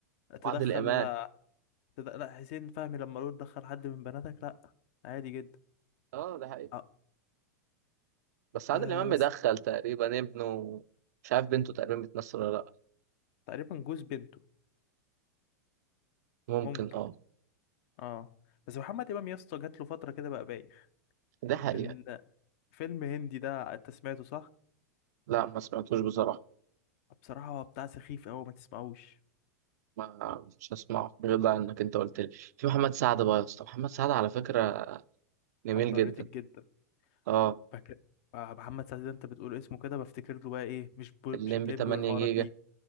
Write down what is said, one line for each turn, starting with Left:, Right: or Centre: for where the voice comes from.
Left: تدخل
Right: بعد الإيمان
Left: تد... لا حسين فهمي لما قالوا تدخل حد من بناتك لا عادي جدا
Right: اه ده حقيقي
Left: اه,
Right: بس عادل
Left: آه
Right: امام مدخل
Left: بس
Right: تقريبا ابنه مش عارف بنته تقريبا بتمثل ولا لا
Left: تقريبا جوز بنته
Right: ممكن
Left: ممكن
Right: اه
Left: اه بس محمد إمام يا اسطى جات له فترة كده بقى بايخ
Right: ده حقيقة
Left: من فيلم هندي ده انت سمعته صح؟
Right: لا ما سمعتوش بصراحة
Left: بصراحة هو بتاع سخيف أوي ما تسمعوش
Right: ما مش هسمعه غير بقى انك انت قلت لي في محمد سعد بقى يا اسطى محمد سعد على فكرة جميل
Left: اندر
Right: جدا
Left: ريتد جدا
Right: اه
Left: فاكر آه، محمد سعد ده انت بتقول اسمه كده بفتكر له بقى ايه مش بو...
Right: الليمبي
Left: مش الليمبي
Right: 8
Left: والحوارات
Right: جيجا
Left: دي